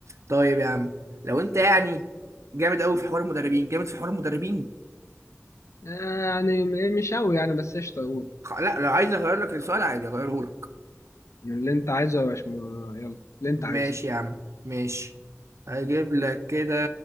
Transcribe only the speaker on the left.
آه، يعني م- مش قوي يعني بس قشطه اقول
يعني اللي انت عايزه يا باشمهندس يلا اللي انت عايزه